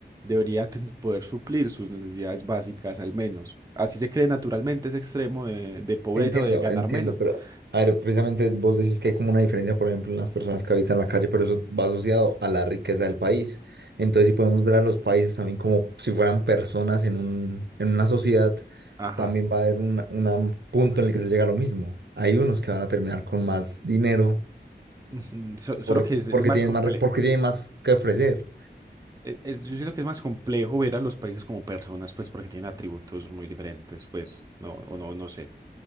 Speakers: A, on the right; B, on the right.
A: debería ten- poder suplir sus necesidades básicas al menos. Así se cree naturalmente ese extremo de, de pobreza
B: Entiendo,
A: o de ganar
B: entiendo,
A: menos.
B: pero a ver, precisamente
A: O-
B: vos decís que hay como una diferencia, por ejemplo, en las personas que habitan la calle, pero eso va asociado a la riqueza del país. Entonces, si podemos ver a los países también como si fueran personas en un, en una sociedad,
A: Ajá.
B: también va a haber un, un punto en el que se llega a lo mismo. Hay unos que van a terminar con más dinero
A: Ujú, so-
B: por,
A: solo que es,
B: porque
A: es más
B: tienen
A: complejo.
B: más, re- porque tienen más que ofrecer.
A: E- es- yo siento que es más complejo ver a los países como personas, pues porque tienen atributos muy diferentes, pues, no, o no, no sé.